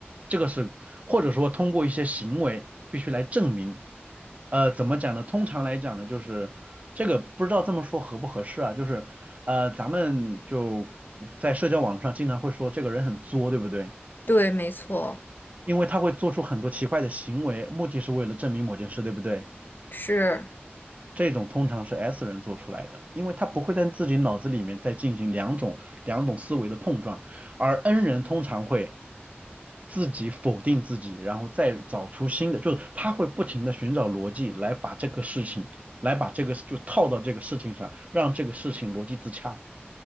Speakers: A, on the right; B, on the left.
A: 这个是或者说通过一些行为必须来证明，呃，怎么讲呢？通常来讲呢，就是这个不知道这么说合不合适啊，就是呃，咱们就在社交网络上经常会说这个人很作，对不对？
B: 对，没错，
A: 因为他会做出很多奇怪的行为，目的是为了证明某件事，对不对？
B: 是。
A: 这种通常是 S 人做出来的，因为他不会在自己脑子里面再进行两种两种思维的碰撞，而 N 人通常会自己否定自己，然后再找出新的，就是他会不停的寻找逻辑来把这个事情，来把这个就套到这个事情上，让这个事情逻辑自洽。